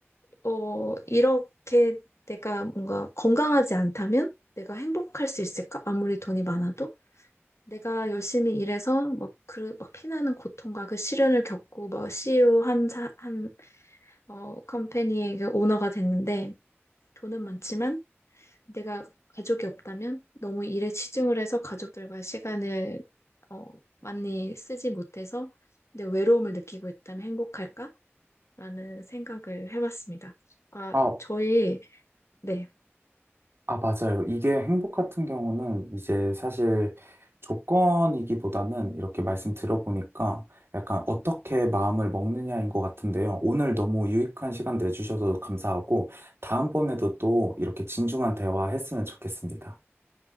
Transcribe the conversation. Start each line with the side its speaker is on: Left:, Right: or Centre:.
Left: 어 이렇게 내가 뭔가 건강하지 않다면 내가 행복할 수 있을까? 아무리 돈이 많아도 내가 열심히 일해서 뭐 그 막 피나는 고통과 그 시련을 겪고 뭐 CEO 한 사, 한 어, 컴퍼니의 그 오너가 됐는데 돈은 많지만 내가 가족이 없다면 너무 일에 치중을 해서 가족들과 시간을 어, 많이 쓰지 못해서 내 외로움을 느끼고 있다면 행복할까? 라는 생각을 해봤습니다. 아,
Right: 아,
Left: 저희 네.
Right: 아, 맞아요. 이게 행복 같은 경우는 이제 사실 조건이기보다는 이렇게 말씀 들어보니까 약간 어떻게 마음을 먹느냐인 것 같은데요. 오늘 너무 유익한 시간 내주셔서 감사하고 다음번에도 또 이렇게 진중한 대화 했으면 좋겠습니다.